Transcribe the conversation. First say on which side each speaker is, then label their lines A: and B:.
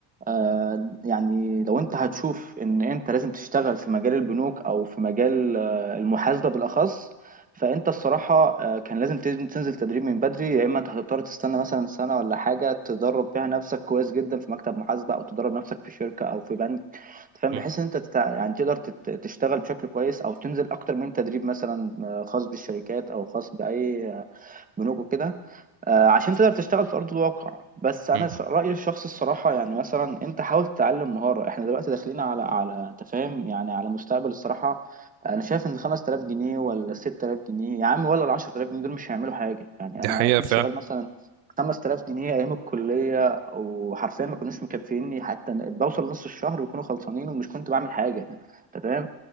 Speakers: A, on the right (about 15°); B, on the right (about 85°).
A: آه، يعني لو انت هتشوف ان انت لازم تشتغل في مجال البنوك او في مجال آه، المحاسبة بالاخص فانت الصراحة آه، كان لازم تن- تنزل تدريب من بدري يا اما انت هتضطر تستنى مثلا سنة ولا حاجة تدرب فيها نفسك كويس جدا في مكتب محاسبة او تدرب نفسك في شركة او في بنك أنت فاهم
B: م-
A: بحيث ان انت تتع... يعني تقدر تت... تشتغل بشكل كويس او تنزل اكتر من تدريب مثلا آه، خاص بالشركات او خاص باي آه، بنوك وكده آه، عشان تقدر تشتغل في ارض الواقع بس انا
B: م.
A: ش- رايي الشخصي الصراحه يعني مثلا انت حاول تتعلم مهاره احنا دلوقتي داخلين على على انت فاهم يعني على مستقبل الصراحه انا شايف ان 5000 جنيه ولا 6000 جنيه يا عم ولا ال 10000 جنيه دول مش هيعملوا حاجه يعني
B: دي
A: انا
B: حقيقة
A: انا كنت
B: فعلا
A: شغال مثلا 5000 جنيه ايام الكليه وحرفيا ما كانوش مكفيني حتى بوصل نص الشهر ويكونوا خلصانين ومش كنت بعمل حاجه انت فاهم